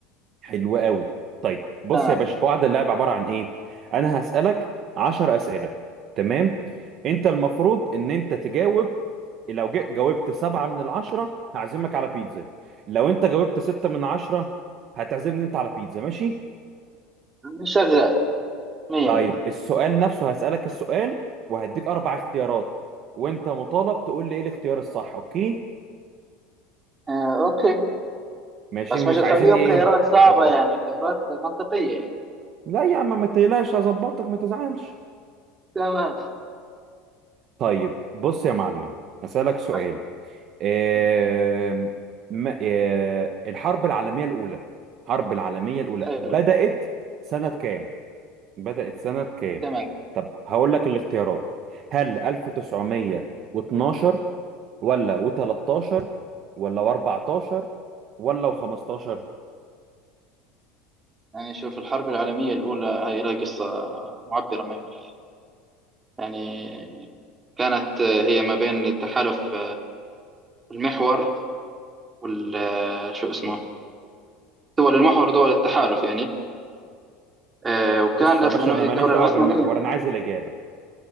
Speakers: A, on the right (about 40°); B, on the right (about 20°).
A: حلو قوي طيب بص
B: تمام
A: يا باشا قواعد اللعب عباره عن ايه انا هسالك 10 اسئله تمام انت المفروض ان انت تجاوب لو جا- جاوبت سبعة من العشرة هعزمك على بيتزا لو انت جاوبت ستة من عشرة هتعزمني انت على بيتزا ماشي
B: شغال 100
A: طيب
B: 100
A: السؤال نفسه هسألك السؤال وهديك أربع اختيارات وأنت مطالب تقول لي إيه الاختيار الصح أوكي؟
B: آه اوكي
A: ماشي
B: بس
A: ومش
B: مش تخليهم
A: عايزين إيه؟
B: خيارات صعبة
A: لخبطة
B: يعني خيارات منطقية يعني
A: لا يا عم ما تقلقش هظبطك ما تزعلش
B: تمام
A: طيب بص يا معلم هسألك سؤال
B: أحكي
A: آم،
B: مم.
A: ما- آه، الحرب العالمية الأولى الحرب العالمية الأولى
B: حلو
A: بدأت سنة كام؟ بدأت سنة كام؟
B: تمام
A: طب هقول لك الاختيارات هل 1912 ولا و13 ولا و14 ولا و15
B: يعني شوف الحرب العالمية الأولى هي لها قصة معبرة ما بالحقيقة يعني كانت هي ما بين التحالف المحور وال شو اسمه دول المحور دول التحالف يعني آه، وكانت
A: بص يا باشا
B: لأنه
A: انا
B: هي
A: ماليش
B: الدولة
A: دعوه
B: العثمانية
A: بالمحور انا عايز الاجابه